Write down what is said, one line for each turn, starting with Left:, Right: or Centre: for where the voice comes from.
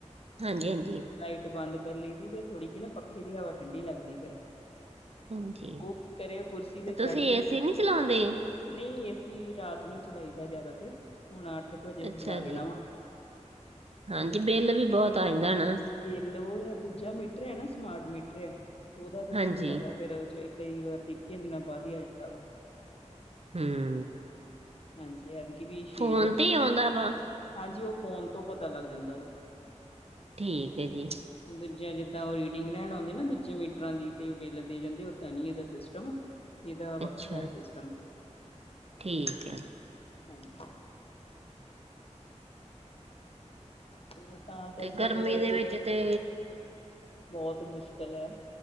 Right: ਹਾਂਜੀ ਹਾਂਜੀ
Left: ਲਾਈ- ਟ ਬੰਦ ਕਰ ਲਈ ਦੀ ਤੇ ਥੋੜੀ ਜਿਹੀ ਨਾ, ਪੱਖੇ ਦੀ ਹਵਾ ਠੰਡੀ ਲੱਗਦੀ ਫਿਰ
Right: ਹਾਂਜੀ
Left: ਉਹ ਕੀ ਕਰੇ, ਉਹ ਕੁਰਸੀ ਤੇ ਚੜ
Right: ਤੁਸੀਂ
Left: ਕੇ
Right: ਏਸੀ ਨਹੀਂ ਚਲਾਉਂਦੇ
Left: ਨਹੀਂ, ਏ ਸੀ ਰਾਤ ਨੂੰ ਹੀ ਚਲਾਈਦਾ ਜਿਆਦਾ ਤੇ, ਹੁਣ ਅੱਠ ਕੁ ਵਜੇ ਹੀ
Right: ਅੱਛਾ
Left: ਚਲਾ ਲੈਣਾ
Right: ਜੀ
Left: ਵਾ
Right: ਹਾਂਜੀ, ਬਿੱਲ ਵੀ ਬਹੁਤ ਆ ਜਾਂਦਾ ਨਾ
Left: ਤੇ ਲੋ ਉਹ ਦੂਜਾ ਮੀਟਰ ਹੈ ਨਾ ਸਮਾਰਟ ਮੀਟਰ ਆ, ਉਹਦਾ ਫਿਰ
Right: ਹਾਂਜੀ
Left: ਤੁਹਾਨੂੰ ਪਤਾ ਫਿਰ ਚ ਕਈ ਵਾਰ ਟਿੱਕੀਆਂ ਦੀ ਨਾਲ ਵਧੀਆ ਆ ਜਾਂਦਾ ਵਾ
Right: ਹਮ।
Left: ਹਾਂਜੀ ਐਦਕੀ ਵੀ ਛੇ
Right: ਫੋਨ
Left: ਜ,
Right: ਤੇ ਹੀ ਆਉਂਦਾ ਵਾ
Left: ਹਾਂਜੀ ਉਹ ਫੋਨ ਤੋਂ ਪਤਾ ਲੱਗ ਜਾਂਦਾ ਏ
Right: ਠੀਕ ਹੈ ਜੀ।
Left: ਦੂਜਾ ਜਿੱਦਾਂ ਉਹ ਰੀਡਿੰਗ ਲੈਣ ਆਉਂਦੇ ਨਾ ਦੂਜੇ ਮੀਟਰਾਂ ਦੀ, ਤੇ ਉਹ ਬਿੱਲ ਦੇ ਜਾਂਦੇ, ਓਦਾਂ ਨਹੀਂ ਇਹਦਾ ਸਿਸਟਮ ਇਹਦਾ ਵੱਖਰਾ
Right: ਅੱਛਾ
Left: ਹੈ ਸਿਸਟਮ।
Right: ਠੀਕ ਹੈ।
Left: ਹਾਂਜੀ। <unintelligible>
Right: ਤੇ ਗਰਮੀ
Left: ਫੇਰ
Right: ਦੇ ਵਿੱਚ ਤੇ
Left: ਬਹੁਤ ਮੁਸ਼ਕਿਲ ਐ।